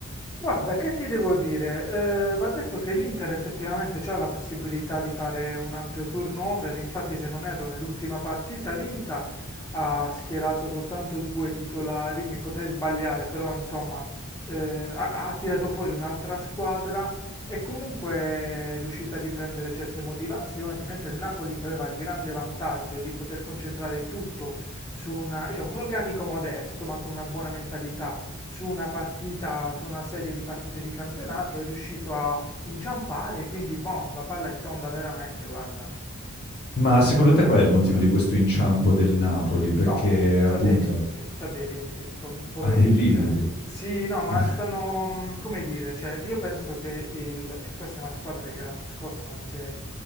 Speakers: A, on the left (about 15°); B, on the left (about 50°).
A: Guarda, che ti devo dire? Eh, va detto che l'Inter effettivamente ha la possibilità di fare un ampio turnover, infatti se non erro nell'ultima partita vinta ha schierato soltanto due titolari, mi potrei sbagliare, però insomma eh, ha, ha tirato fuori un'altra squadra e comunque è riuscita a riprendere certe motivazioni, mentre il Napoli che aveva il grande vantaggio di poter concentrare tutto su una- diciamo, un organico modesto ma con una buona mentalità su una partita, su una serie di partite di campionato, è riuscito a inciampare, quindi boh, la palla è tonda veramente, guarda.
B: Ma secondo te qual è il motivo di questo inciampo del Napoli? Perché
A: No,
B: appunto
A: c'ha dei limiti, c'ha dei limiti, po- poverini,
B: ha dei limiti.
A: cioè. Sì, no, ma
B: <laughs>
A: stanno, mm, come dire, cioè, io penso che il, cioè, questa è una squadra che l'anno scorso non si è,